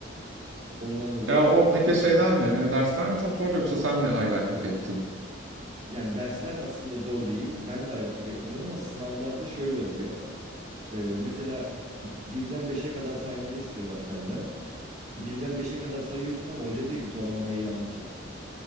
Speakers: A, on the right (about 35°); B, on the right (about 80°).
A: Ondan dolayı
B: Ya o peki şeyden mi? Hani dersler mi çok zordu yoksa sen mi aylaklık ettin?
A: yani dersler aslında zor değil. Ben de aylaklık etmedim ama sınavlarda şöyle oluyor. Ee, mesela birden beşe kadar saymanı istiyorlar senden. Birden beşe kadar sayıyorsun ama hoca diyor ki tonlamayı yanlış yaptın.